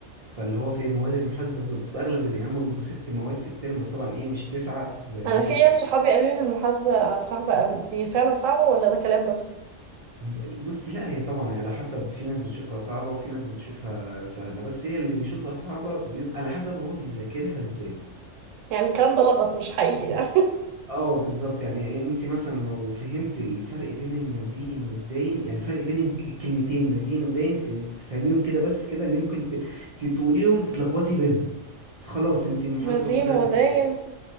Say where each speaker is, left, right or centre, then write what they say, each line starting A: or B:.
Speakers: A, on the right (about 45°); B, on the right (about 80°).
A: فاللي هو في مواد المحاسبه بت- بتبقى اغلب يعني هم بيبقوا ست مواد في الترم بس طبعا ايه مش تسعه زي
B: انا
A: عندك
B: في عيال صحابي قالوا لي ان المحاسبة صعبة قوي هي فعلا صعبة ولا ده كلام بس
A: ب- بصي لا هي طبعا هي على حسب في ناس بتشوفها صعبه وفي ناس بتشوفها سهله بس هي اللي بيشوفها صعبه بيبقى على حسب هو بيذاكرها ازاي
B: يعني الكلام ده لغط مش حقيقي يعني
A: اه بالظبط يعني إيه انت مثلا لو فهمت الفرق بين المدين والداين يعني فرق بين الج- الكلمتين مدين وداين ف- تفهميهم كده بس كده ان ممكن ت- ت- تقوليهم تتلخبطي بينهم خلاص انت
B: <laughs>
A: المحاسبة
B: مدين
A: كلها
B: وداين
A: بقت